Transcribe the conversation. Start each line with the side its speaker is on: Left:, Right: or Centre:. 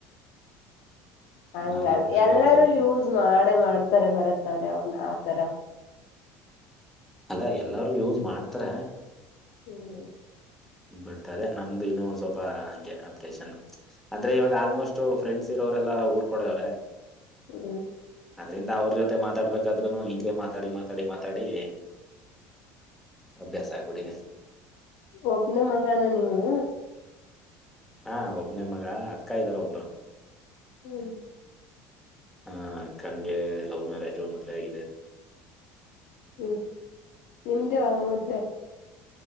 Left: ಹಂಗ
Centre: ನಾಲ್ಕ್ ವರ್ಷ
Left: ಎಲ್ಲಾರೂ
Centre: ಆಗಕ್ ಬಂದಿದೆ
Left: ಯೂಸ್ ಮಾಡ ಮಾಡ್ತಾರೆ ಭರತ್ ಅವ್ರೆ ಅವನ್ ಆತಾರ
Centre: ಅಲ್ಲ ಎಲ್ಲರೂ ಯೂಸ್ ಮಾಡ್ತಾರೆ.
Left: ಹ್ಮ್.
Centre: ಬಟ್ ಅದೇ ನಮ್ದು ಇನ್ನು ಒಂದ್ ಸ್ವಲ್ಪ ಹಂಗೆ ಅಪ್ಡೇಷನು. ಅಂದ್ರೆ ಈಗ ಆಲ್ಮೋಸ್ಟ್ ಫ್ರೆಂಡ್ಸ್ ಇರೋರೆಲ್ಲಾ ಊರ್ ಕೊಡೆವ್ರೆ
Left: ಹ್ಮ್
Centre: ಅದ್ರಿಂದ ಅವ್ರ ಜೊತೆ ಮಾತಾಡ್ಬೇಕಾದ್ರುನು ಹಿಂಗೆ ಮಾತಾಡಿ ಮಾತಾಡಿ ಮಾತಾಡಿ.... ಅಭ್ಯಾಸ ಆಗ್ಬಿಟ್ಟಿದೆ.
Left: ಒಬ್ನೆ ಮಗನ ನೀವು.
Centre: ಹ ಒಬ್ನೆ ಮಗ ಅಕ್ಕ ಇದಾರೆ ಒಬ್ರು.
Left: ಹ್ಮ್
Centre: ಹಾ ಅಕ್ಕಂಗೆ ಲವ್ ಮ್ಯಾರೇಜು ಮದ್ವೆ ಆಗಿದೆ.
Left: ಹ್ಮ್ ನಿಮ್ದ ಯಾವಾಗ ಮದ್ವೆ.